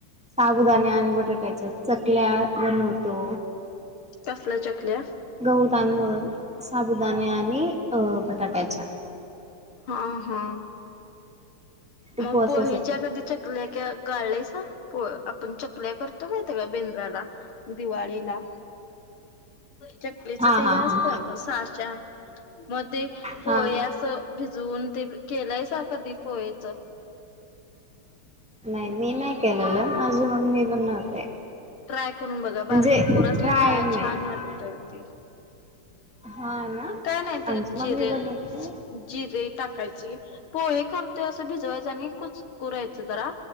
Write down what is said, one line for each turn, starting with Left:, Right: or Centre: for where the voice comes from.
Centre: साबुदाने आणि बटाट्याच्या चकल्या बनवतो.
Left: कसल्या चकल्या?
Centre: गहू, तांदूळ, साबुदाणे आणि अ बटाट्याच्या.
Left: हा हा.
Centre: उपवासासाठी
Left: मग पोहेच्या कधी चकल्या क्या गाळल्यास. आपण चकल्या करतो माहितय का बेंद्राला, दिवाळीला चकलीच
Centre: हा
Left: ते
Centre: हा
Left: हे असत,
Centre: हा
Left: साशा म ते पोहे
Centre: हा
Left: अस भी भिजवून ते केलायसा कधी पोहे?
Centre: नाही मी नाही केलेलं. माझी मम्मी बनवते
Left: ट्राय करून बघा. बारक्या
Centre: म्हणजे
Left: पोरसनी
Centre: ट्राय
Left: खायाय
Centre: नाही
Left: छान वाटत ते.
Centre: हा ना
Left: काय नाही ते
Centre: आमची मम्मी
Left: जिरे
Centre: बनवते
Left: जिरे टाकायची. पोहे करतोय असं भिजवायचं आणि कुच कुरायचं जरा